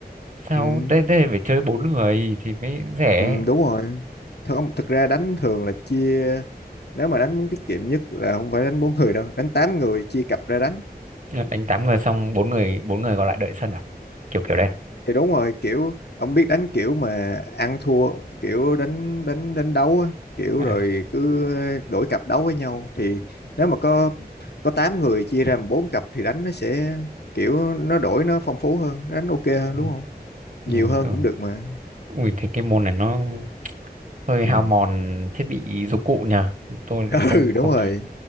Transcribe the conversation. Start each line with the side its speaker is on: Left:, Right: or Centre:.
Right: sao
Left: Ừ,
Right: đây đây phải chơi bốn người thì mới rẻ
Left: ừ đúng rồi. Thật không thực ra đánh thường là chia nếu mà đánh muốn tiết kiệm nhất là không phải đánh bốn người đâu, đánh 8 người chia cặp ra đánh.
Right: đánh tám người xong bốn người bốn người còn lại đợi sân à kiểu kiểu đây
Left: thì đúng rồi kiểu ông biết đánh kiểu mà ăn thua kiểu đánh đánh đánh đấu á kiểu
Right: à
Left: rồi cứ đổi cặp đấu với nhau thì nếu mà có có 8 người chia ra làm bốn cặp thì đánh nó sẽ kiểu nó đổi nó phong phú hơn đánh ok hơn
Right: ừ.
Left: đúng không nhiều
Right: Ừ,
Left: hơn
Right: ừ.
Left: cũng được mà
Right: Ui thế cái môn này nó hơi
Left: ừ
Right: hao mòn thiết bị dụng cụ nhờ tôi lại
Left: <laughs>
Right: không
Left: ừ
Right: không
Left: đúng rồi